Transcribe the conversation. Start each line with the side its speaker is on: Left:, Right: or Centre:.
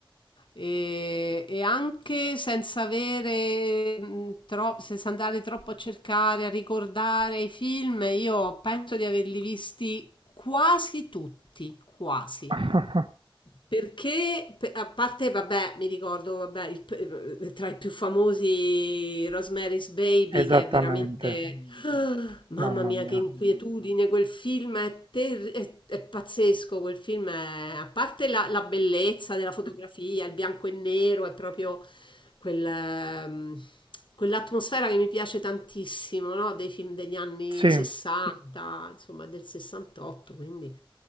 Left: E, e anche senza avere mh, tro- senza andare troppo a cercare, a ricordare i film, io penso di averli visti quasi tutti, quasi.
Right: <laughs>
Left: Perché, pe- a parte, vabbè, mi ricordo, vabbè, il p- eh, tra i più famosi Rosemary's Baby,
Right: Esattamente,
Left: che è veramente... <laughs> Ah, mamma
Right: mamma
Left: mia,
Right: mia.
Left: che inquietudine, quel film è, terri- è- è pazzesco, quel film è... A parte la, la bellezza della fotografia, il bianco e nero, è proprio quel, ehm, quell'atmosfera che mi piace tantissimo, no? Dei film degli anni
Right: Sì,
Left: 60, insomma del 68, quindi...